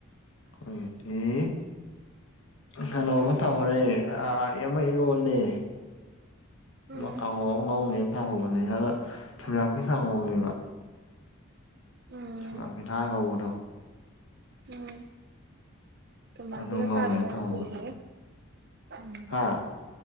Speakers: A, on the left (about 75°); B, on the right (about 50°).
A: ꯑꯗꯤ ꯀꯩꯅꯣꯃ ꯇꯧꯈꯔꯦ ꯌꯥꯝ ꯏꯔꯣꯜꯂꯦ
B: ꯎꯝ
A: ꯃꯥ ꯀꯥꯡꯉꯧ ꯑꯃ ꯉꯧꯅꯦꯅ ꯊꯥꯍꯧꯕꯅꯦ ꯍꯥꯟꯅ ꯊꯨꯝꯖꯥꯡꯈꯩꯁꯥ ꯉꯧꯅꯦꯕ
B: ꯎꯝ
A: ꯊ ꯊꯥꯡ ꯉꯧꯕꯗꯣ
B: ꯎꯝ ꯃꯕꯤꯌꯥ
A: ꯑꯗꯨ ꯉꯧꯅꯦꯅ
B: ꯁꯔꯗꯅ
A: ꯇꯧꯍꯧꯕꯅꯦ
B: ꯄꯨꯏꯅꯦ ꯎꯝ
A: ꯍꯥ